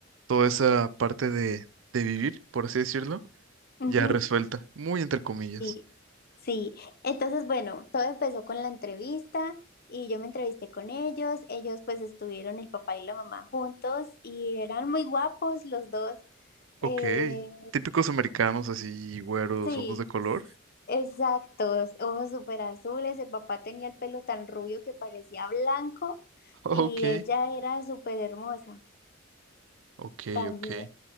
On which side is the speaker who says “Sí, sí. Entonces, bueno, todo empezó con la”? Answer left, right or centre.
Left